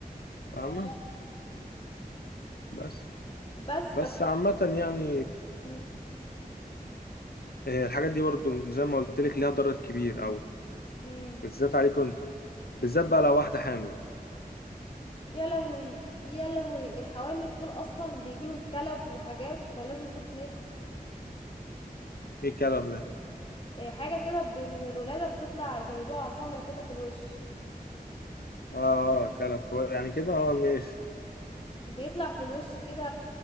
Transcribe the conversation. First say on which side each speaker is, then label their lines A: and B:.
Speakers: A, on the left (about 80°); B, on the left (about 35°).
A: فاهمه
B: اه
A: بس
B: بس
A: بس
B: بس
A: عامه يعني
B: مم.
A: آه، الحاجات دي برضو زي ما قلت لك ليها ضرر كبير قوي
B: مم.
A: بالذات عليكم انتوا بالذات بقى لو واحده حامل
B: يا لهوي يا لهوي الحوامل دول اصلا بيجيلهم كلف وحاجات فلازم يحطوا ميك اب
A: ايه الكلف ده
B: إيه، حاجه كده ب- من الولاده بتطلع زي بقع سمرة كده في الوش
A: اه كلف هو يعني كده اه ماشي
B: بيطلع في الوش كده